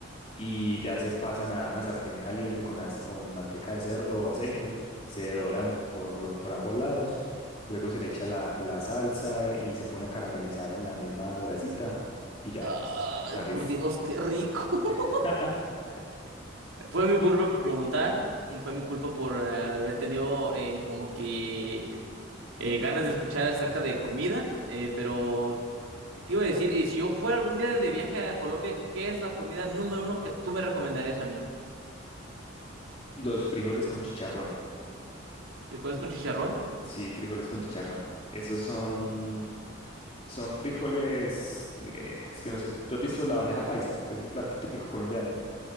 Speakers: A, on the left; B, on the right.
A: y ya se pasan a una sartén caliente con, ace- con manteca de cerdo o aceite, se doran por, lo- por ambos lados, luego se le echa la, la salsa y se pone a caramelizar en la misma grasita y ya,
B: Ay,
A: están
B: por
A: listos.
B: Dios, qué rico. <laughs>
A: <laughs>
B: Fue mi culpa por preguntar, fue mi culpa por eh, haber tenido eh, como que eh, ganas de escuchar acerca de comida, eh, pero ¿qué te iba a decir? Y si yo fuera algún día de viaje a Colombia, ¿qué es la comida número uno que tú me recomendarías a mí?
A: Los frijoles con chicharrón,
B: ¿Frijoles con chicharrón?
A: sí, frijoles con chicharrón. Esos son, son frijoles, eh, es que no sé, ¿tú has visto la bandeja paisa, que es un plato típico colombiano?